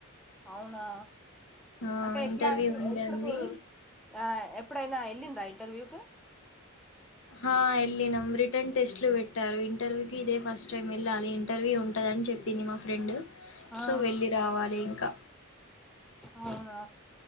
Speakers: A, in the centre; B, on the left.
A: అవునా
B: ఆ
A: అంటే ఎట్లాంటి
B: ఇంటర్వ్యూ ఉంది
A: ఇప్పుడుకు
B: అంది
A: ఆ ఎప్పుడైనా ఏళ్లిందా ఇంటర్వ్యూ కు
B: హా ఏళ్లినం రిట్ రిటర్న్ టెస్ట్లు పెట్టారు ఇంటర్వ్యూకి ఇదే ఫస్ట్ టైం ఏళ్ళాలి ఇంటర్వ్యూ ఉంటదని చెప్పింది మా ఫ్రెండు
A: ఆ
B: సో వెళ్ళిరావాలి ఇంకా
A: అవునా